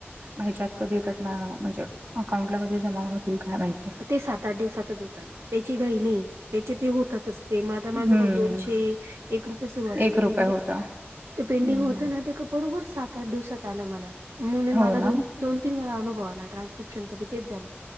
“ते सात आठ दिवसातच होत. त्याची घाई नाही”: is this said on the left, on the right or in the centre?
Right